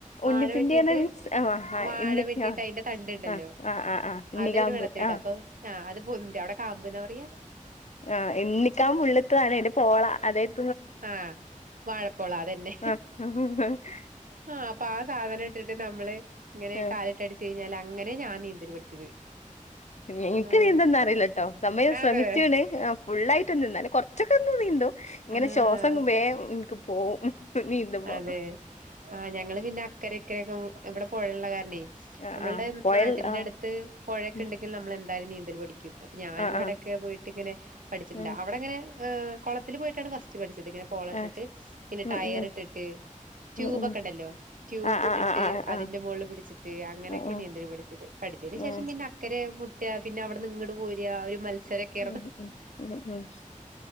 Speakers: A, on the right; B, on the left.
A: വാഴ
B: ഉണ്ണിപ്പിണ്ടി
A: വെട്ടിട്ട്
B: പറഞ്ഞ മീൻസ് ആ
A: വാഴ
B: ഇണ്ണി
A: വെട്ടിട്ട്
B: ആ
A: അതിന്റെ തണ്ടുണ്ടല്ലോ
B: ആ ആ ആ ആ ഇണ്ണിക്കാമ്പ്
A: അത് വെള്ളത്തില് ഇടും
B: ആ
A: അപ്പൊ ആ അത് പൊന്തി അവിടെ കാമ്പ് ന്നാ പറയാ
B: ആ ഇണ്ണിക്കാമ്പ് ഉള്ളിത്തെതാണ് അതിന്റെ പോള അതായത്
A: ആഹ് വാഴപ്പോള അതന്നെ
B: ആ ആ
A: ആ പാ സാധനം ഇട്ടിട്ട് നമ്മള് ഇങ്ങനെ
B: ഏ
A: കാലിട്ടടിച്ച് കഴിഞ്ഞാൽ അങ്ങനെ ഞാൻ നീന്തല് പഠിച്ചത്.
B: എനിക്ക്
A: ആഹ്
B: നീന്തം ഒന്നും അറിയില്ലട്ടോ സംഭവം ഞാൻ ശ്രമിച്ചണ്
A: അതെ
B: ഫുള്ളായിട്ട് ല്ല ന്നാലും കൊറ ച്ചൊക്കെ ന്ന് നീന്തും. ഇങ്ങനെ
A: ആഹ്
B: ശ്വാസം വേം പോവും നീന്തുമ്പോ
A: അതെ ആ ഞങ്ങള് പിന്നെ അക്കരിക്കരൊക്കെ ഇവിടെ പൊഴയുള്ള കാ ണെ
B: ആ
A: നമ്മളുടെ
B: ആ പുഴൽ
A: നാട്ടിന്റെ
B: ആ
A: അടുത്ത് പുഴയൊക്കെ
B: ഉം
A: ഉണ്ടെങ്കിൽ നമ്മൾ എന്തായാലും നീന് ന്തൽ പടി ക്കും അപ്പൊ ഞാനും
B: ആഹ്
A: ഇവിടൊക്കെ
B: ആഹ്
A: പോയിട്ട് ഇങ്ങനെ പഠിച്ചിട്ടുണ്ട്,
B: ഉം
A: അവിടെങ്ങനെ ഏഹ് കൊളത്തില് പോയിട്ടാണ് ഫസ്റ്റ് പഠിച്ചത്. <unintelligible> ഇങ്ങനെ പോള ഇട്ടിട്ട്
B: ആഹ്
A: പിന്നെ
B: ഉം
A: ടയർ
B: ഉം
A: ഇട്ടിട്ട് <unintelligible> ട്യൂബൊക്കെ
B: ഉം ഉം
A: ഉണ്ടല്ലോ ട്യൂബ്
B: ആഹ്
A: ഇട്ടിട്ട്
B: ആഹ് ആഹ്
A: അതിന്റെ
B: ആഹ് ആഹ്
A: മോളിൽ പിടിച്ചിട്ട് അങ്ങനെയൊക്കെ
B: ആഹ് ആഹ്
A: നിന്തൽ പഠിച്ചത് പഠിച്ചേന് ശേഷം
B: ആഹ്
A: പിന്നെ അക്കരെ പിന്നെ അവിട്ന്ന് ഇങ്ങട് പോരാ ഒരു മത്സ <unintelligible> യായിരുന്നു
B: ഉം ഉം ഉം ഉം